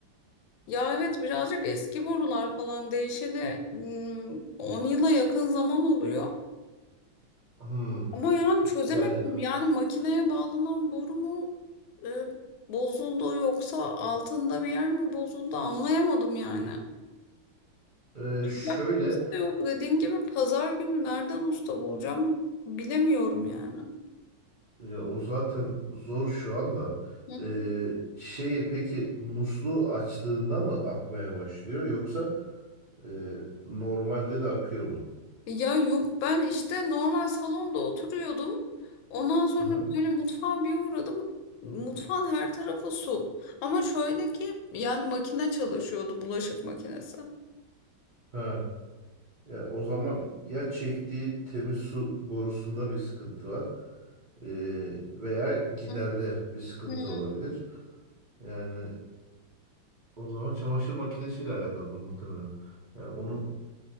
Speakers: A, on the left (about 80°); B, on the right (about 60°).
A: Ya evet birazcık eski borular falan değişeli hmm, 10 yıla yakın zaman oluyor.
B: Hmm.
A: Ama yani çözemedim.
B: Yani
A: Yani makineye bağlanan boru mu e, bozuldu yoksa altında bir yer mi bozuldu anlayamadım yani.
B: e, şöyle
A: Ya kimse de yok dediğin gibi pazar günü nereden usta bulacağım bilemiyorum yani.
B: Ya o zaten zor şu anda.
A: Hı
B: Ee, şeyi peki musluğu açtığında mı akmaya başlıyor yoksa e, normalde de akıyor mu?
A: Ya yok ben işte normal salonda oturuyordum. Ondan sonra
B: Hı hı.
A: böyle mutfağa bir uğradım. Mutfağın her tarafı su. Ama şöyle ki yani makine çalışıyordu bulaşık makinesi.
B: Ha. Ya o zaman ya çektiği temiz su borusunda bir sıkıntı var ee, veya giderde
A: Hı
B: bir sıkıntı
A: hı.
B: olabilir. Yani o zaman çamaşır makinesiyle alakalı muhtemelen. Yani onun